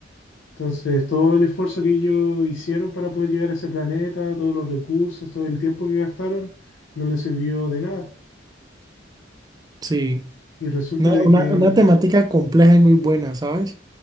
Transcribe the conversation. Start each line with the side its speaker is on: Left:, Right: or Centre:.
Left: Entonces, todo el esfuerzo que ellos hicieron para poder llegar a ese planeta, todos los recursos, todo el tiempo que gastaron, no les sirvió de nada.
Right: sí.
Left: Y resulta
Right: Una,
Left: de
Right: una,
Left: que
Right: una temática compleja y muy buena, ¿sabes?